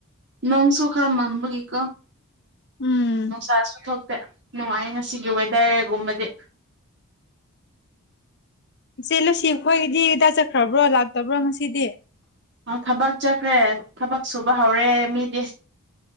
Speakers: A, on the right; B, on the left.
A: ꯅꯣꯡꯁꯨ ꯈꯔ ꯃꯝꯕꯒꯤꯀꯣ
B: ꯎꯝ
A: ꯃꯪ ꯆꯁꯨ ꯊ ꯅꯨꯡꯉꯥꯏ ꯉꯁꯤꯒꯤ ꯋꯦꯗꯔꯒꯨꯝꯕꯗꯤ
B: ꯏꯆꯦ ꯂꯨꯁꯤ ꯑꯩꯈꯣꯏꯒꯤꯗꯤꯗꯥ ꯆꯠꯈ꯭ꯔꯕ꯭ꯔꯣ ꯂꯥꯛꯇꯕ꯭ꯔꯣ ꯉꯁꯤꯗꯤ
A: ꯑ ꯊꯕꯛ ꯆꯠꯈ꯭ꯔꯦ ꯊꯕꯛ ꯁꯨꯕ ꯍꯧꯔꯦ ꯃꯤꯗꯤ